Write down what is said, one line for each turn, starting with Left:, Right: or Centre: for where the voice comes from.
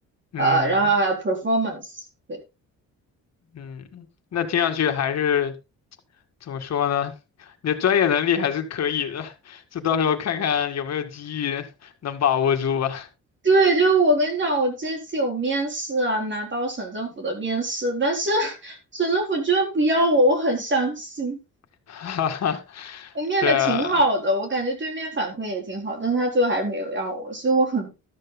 Left: 嗯
Right: 呃，然后还有 performance。对。
Left: 嗯，那听上去还是怎么说呢？你的专业能力还是可以的，就到时候看看有没有机遇能把握住吧。
Right: 对，就我跟你讲，我这次有面试啊，拿到省政府的面试，但是 <laughs> 省政府居然不要我，我很伤心。
Left: <laughs> 哈哈，
Right: 我面的挺好的，
Left: 对啊。
Right: 我感觉对面反馈也挺好，但是他最后还是没有要我，所以我很